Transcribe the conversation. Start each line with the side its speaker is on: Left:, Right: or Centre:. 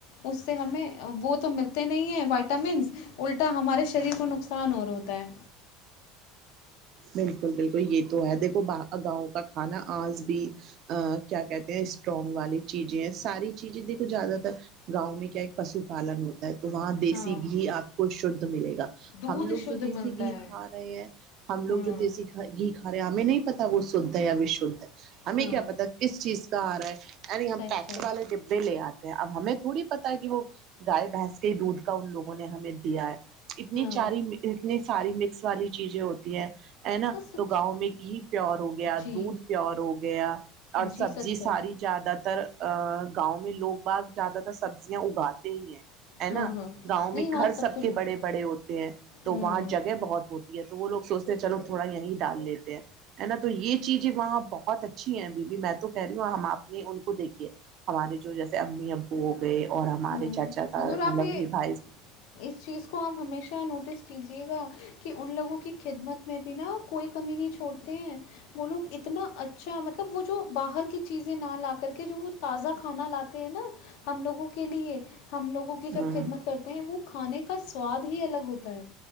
Left: اس سے ہمیں وہ تو ملتے نہیں ہیں وائٹامنس الٹا ہمارے شریر کو نقصان اور ہوتا ہے
Right: بالکل بالکل یہ تو ہے دیکھو گاؤں کا کھانا آج بھی کیا کہتے ہیں اسٹرانگ والی چیزیں ہیں ساری چیزیں دیکھو زیادہ تر گاؤں میں کیا ایک پشو پالن ہوتا ہے تو وہاں دیسی
Left: ہاں
Right: گھی آپ کو شدھ ملےا
Left: دودھ
Right: ہم لوگ
Left: شدھ
Right: جو دیسی
Left: ملتا
Right: گھی
Left: ہے
Right: کھا رہے ہیں ہم لوگ
Left: ہاں
Right: جو دیسی گھی کھا رہے ہیں ہمیں نہیں بتا وہ شدھ یا شھ ہے ہمیں
Left: ہاں
Right: کیا پتا کس چیز کا آ رہا ہے یعنی ہم
Left: سچائی
Right: پیک والے ڈبے لے آتے ہیں اب ہمیں تھوڑی پتا ہے کہ وہ گائے بھینس یہ دودھ کا ان لوگوں نے ہمیں دیا ہے اتنی
Left: ہاں
Right: چاری اتنی ساری مکس والی چیزیں ہوتی ہیں ہے نا
Left: ہاں سچ
Right: تو گاؤں میں گھی پیور ہو گیا
Left: جی
Right: دودھ پیور ہو گیا اور
Left: جی
Right: سبزی
Left: سچائی
Right: ساری زیادہ تر ا گاؤں میں لوگ باغ زیادہ تر سبزیاں اگاتے ہی ہیں ہے نا
Left: ہاں ہاں
Right: گاؤں میں
Left: نہیں وہاں
Right: گھر سب
Left: کچھ
Right: کے بڑے بڑے ہوتے ہیں تو
Left: ہوں
Right: وہاں جگہ بہت ہوتی تو وہ لوگ سوچتے ہیں چلو تھوڑا یہیں ڈال لیتے ہیں ہے نا تو یہ چیز ہے وہاں بہ بہت اچھی ہے بی بیی میں تو کہہ رہی ہوں ہم اپنے ان کو دیکھیے ہمارے جو جیسے امی ا ہ گئے اور ہمارے
Left: ہاں
Right: چاچا کا
Left: حضور
Right: مطلب
Left: آپ یہ
Right: بھائی
Left: اس چیز کو ہم ہمیشہ نوٹس کیجیے گا کہ ان لوگوں کی خدمت میں بھی ناا کوئی کمی نہیں چھوڑتے ہیں وہ لوگ اتنا اچ اچھا مطلب وہ جو باہر کی چیزیں نہ لا کر کے جو وہ تازہ کھانا لاتے ہیں نا ہم لوگوں کو کے لیے ہم لوگوں کی جب
Right: ہاں
Left: خدمت کرتے ہیں وہ کھانے کا سواد ہی الگ ہوتا ہے